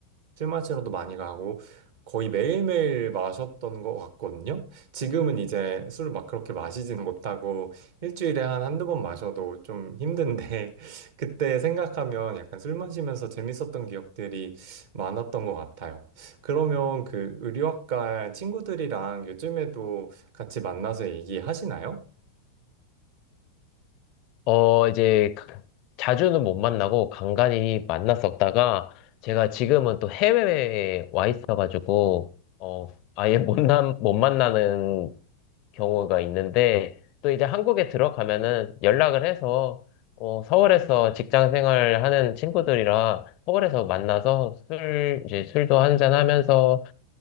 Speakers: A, on the right; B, on the left.
A: 술 마시러도 많이 가고 거의 매일매일 마셨던 것 같거든요. 지금은 이제 술을 막 그렇게 마시지는 못하고 일주일에 한 한두 번 마셔도 좀 힘든데 <laughs> 그때 생각하면 약간 술 마시면서 재밌었던 기억들이 많았던 것 같아요. 그러면 그 의류학과 친구들이랑 요즘에도 같이 만나서 얘기하시나요?
B: 어 이제 가- 자주는 못 만나고 간간히 만났었다가 제가 지금은 또 해외에 와 있어가지고 어 아예 못, 남, 못 만나는 경우가 있는데 또 이제 한국에 들어가면은 연락을 해서 어, 서울에서 직장 생활 하는 친구들이라 서울에서 만나서 술 이제 술도 한잔 하면서